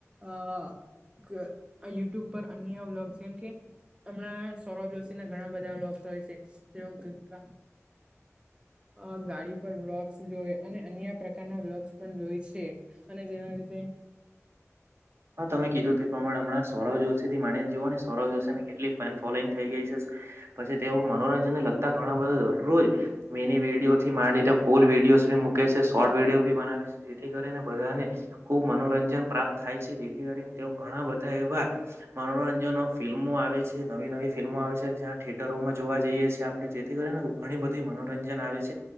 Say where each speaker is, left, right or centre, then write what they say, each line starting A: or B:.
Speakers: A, on the right (about 20°); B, on the right (about 55°).
A: આ યુટ્યુબ પર અન્ય વ્લોગ છે એમ કે હમણાં સૌરવ જોશી ના ઘણા બધા વલોગસ હોય છે <unintelligible> હ ગાડી પર જો અને અન્ય પ્રકારના વ્લગસ પણ જોય છે અને જેના લીધે
B: હા તમે કીધું તે પ્રમાણે હમણાં સૌરવ જોશીથી માનીને જુઓ ને સૌરવ જોશીને કેટલી ફેન ફોલોઈંગ થઈ ગઈ છે પછી તેઓ મનોરંજન લગતા ઘણા બધા દરરોજ મેની વેડીયો થી માંડીધ ફૂલ વિડીયોઝ બી મૂકે છે શોર્ટ વિડીયો બી બનાવે છે જેથી કરીને બધાને ખુબ મનોરંજન પ્રાપ્ત થાય છે જેથી કરીને તેઓ ઘણા બધા એવા મનોરંજન ફિલ્મો આવે છે નવી નવી ફિલ્મો મેં આવે છે થિયેટરોમાં જોવા જઈએી આપણે જેથી કરીને ઘણી બધી મનોરંજન આવે છે